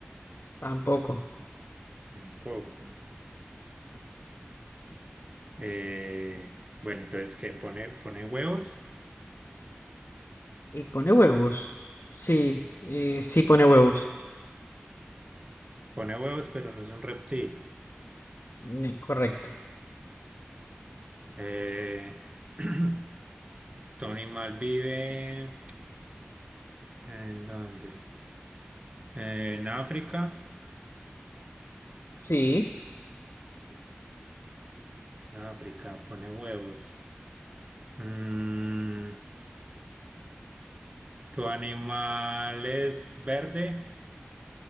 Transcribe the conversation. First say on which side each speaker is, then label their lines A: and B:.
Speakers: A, on the left (about 65°); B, on the right (about 30°).
A: tampoco.
B: Tampoco. Eh, bueno, entonces, ¿qué? ¿Pone, pone huevos?
A: ¿Y pone huevos? Sí, eh, sí pone huevos.
B: Pone huevos, pero no es un reptil.
A: Eh, correcto.
B: Eh, <clears throat> tu animal vive en dónde? Eh, en África.
A: Sí,
B: En África, pone huevos. Mm, ¿tu animal es verde?